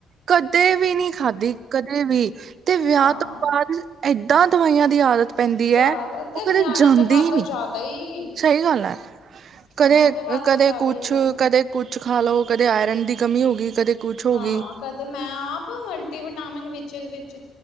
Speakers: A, on the right (about 60°); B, on the left (about 85°).
A: ਕਦੇ ਵੀ ਨੀ ਖਾੱਦੀ, ਕਦੇ ਵੀ, ਤੇ ਵਿਆ
B: ਹਾਂ
A: ਤੋ ਬਾਦ ਐਦਾ ਦਵਾਈਆਂ ਦੀ ਆਦਤ ਪੈਂਦੀ
B: ਤੇ
A: ਐ, ਓ ਕਦੇ
B: ਨਿਆਣੇ
A: ਜਾਂਦੀ
B: ਤਾਂ ਬਾਅਦ
A: ਈ
B: ਤੋਂ
A: ਨੀ।
B: ਜ਼ਿਆਦਾ ਹੀ
A: ਸਈ ਗਾੱਲ ਐ, ਕਦੇ
B: ਹਾਂ ਉਹਦੇ ਬਾਅਦ ਤੋਂ ਜ਼ਿਆਦਾ
A: ਕ ਕੁੱਛ,
B: ਹੀ ਹੋ ਜਾਂਦਾ।
A: ਕਦੇ ਕੁਛ ਖਾ ਲੋ ਕਦੇ ਆਏਰਨ ਦੀ ਕਮੀ ਹੋ ਗਈ ਕਦੇ ਕੁਛ ਹੋ
B: ਹਾਂ
A: ਗਈ
B: ਕਦੇ ਮੈਂ ਆਪ ਮਲਟੀਵਿਟਾਮਿਨ ਵਿੱਚ, ਵਿੱਚ